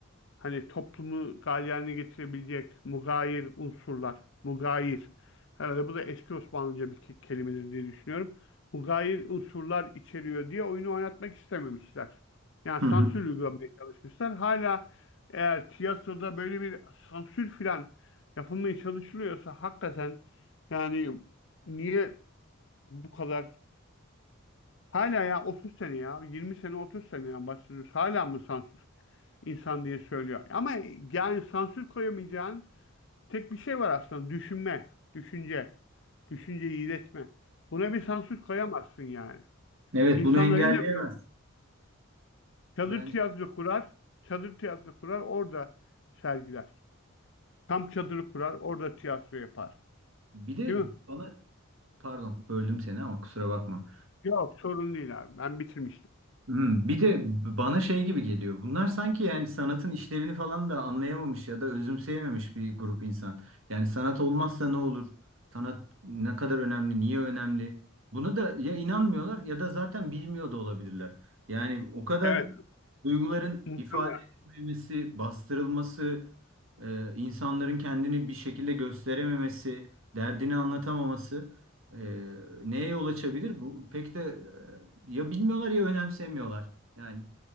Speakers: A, on the left; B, on the right.
A: hani toplumu galeyana getirebilecek mugayir unsurlar, mugayir. Herhalde bu da eski Osmanlıca bir ke- kelimedir diye düşünüyorum. Mugayir unsurlar içeriyor diye oyunu oynatmak istememişler. Yani
B: Hı
A: sansür
B: hı.
A: uygulamaya çalışmışlar. Hala eğer tiyatroda böyle bir sansür filan yapılmaya çalışılıyorsa hakikaten yani niye bu kadar hala ya 30 sene ya 20 sene 30 seneden bahsediyoruz. Hala mı sansür? insan diye söylüyor. Ama yani sansür koyamayacağın tek bir şey var aslında. Düşünme, düşünce, düşünceyi iletme. Buna bir sansür koyamazsın yani.
B: Evet
A: İnsanlar
B: bunu engelleyemez.
A: yine bir çadır
B: Bence
A: tiyatro kurar, çadır tiyatro kurar, orada sergiler. Kamp çadırı kurar, orada tiyatro yapar.
B: bir de
A: Değil mi?
B: bana pardon böldüm seni ama kusura bakma.
A: Yok, sorun değil abi. Ben bitirmiştim.
B: Hmm, bir de bana şey gibi geliyor. Bunlar sanki yani sanatın işlevini falan da anlayamamış ya da özümseyememiş bir grup insan. Yani sanat olmazsa ne olur? Sanat ne kadar önemli? Niye önemli? Buna da ya inanmıyorlar ya da zaten bilmiyor da olabilirler. Yani o kadar
A: Evet,
B: duyguların
A: muhtemelen.
B: ifade edilmemesi, bastırılması, e, insanların kendini bir şekilde gösterememesi, derdini anlatamaması. Ee, neye yol açabilir bu? Pek de e, ya bilmiyorlar ya önemsemiyorlar. Yani